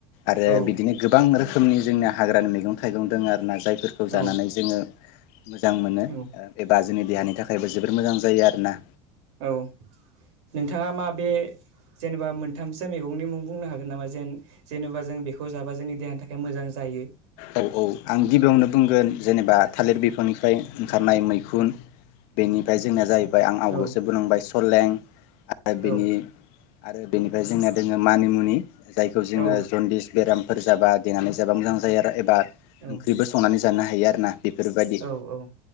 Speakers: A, on the left; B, on the right.
A: आरो
B: औ
A: बिदिनो गोबां रोखोम खोमनि जोंना हाग्रानि मैगं थाइगं दोङो आरो ना जाय फोरखौ
B: औ
A: जानानै जोङो मोजां मोनो
B: औ
A: एबा जोंनि देहानि थाखायबो जोबोर मोजां जायो आरोना।
B: औ नोंथाङा मा बे जेनेबा मोनथामसो मेगंनि मुं बुंनो हागोन नामा जेन जेनेबा जों बेखौ जाबा जोंनि देहानि थाखाय मोजां जायो
A: औ औ आं गिबियावनो बुंगोन जेनेबा थालिर बिफांनिफ्राय ओंखारनाय मैखुन बेनिफाय जोंनिया जाहै बाय आं
B: औ
A: आवगोसो बुंलांबाय सलें आरो
B: औ
A: बिनि आरो बेनिफाय जोंनिया दोङो मानिमुनि जायखौ जोङो
B: औ
A: जन्दिस बेराम फोर जाबा देनानै जाबा मोजां जायो आर दा एबा
B: औ
A: ओंख्रिबो संनानै जानो हायो आरो ना बेफोरबायदि
B: औ औ